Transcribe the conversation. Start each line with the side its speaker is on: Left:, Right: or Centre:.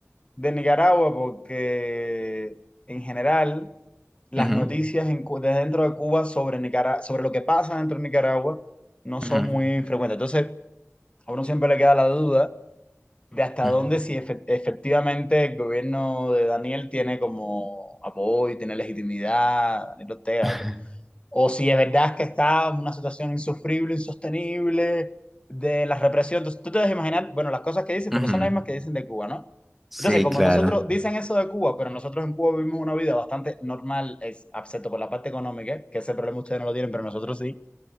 Left: de Nicaragua porque en general las
Centre: ujú,
Left: noticias en Cu- desde dentro de Cuba sobre Nicara- sobre lo que pasa dentro de Nicaragua no
Centre: ujú,
Left: son muy frecuentes. Entonces, a uno siempre le queda la duda de hasta
Centre: ujú,
Left: dónde si efe- efectivamente el gobierno de Daniel tiene como apoyo, tiene legitimidad, Daniel Ortega,
Centre: <laughs>
Left: o sea, o si es verdad que está en una situación insufrible, insostenible, de la represión. Entonces, tú te debes imaginar, bueno, las cosas que dicen,
Centre: ujú.
Left: porque son las mismas que dicen de Cuba, ¿no?
Centre: Sí,
Left: Entonces, como
Centre: claro.
Left: nosotros dicen eso de Cuba, pero nosotros en Cuba vivimos una vida bastante normal, es, excepto por la parte económica, que ese problema ustedes no lo tienen, pero nosotros sí,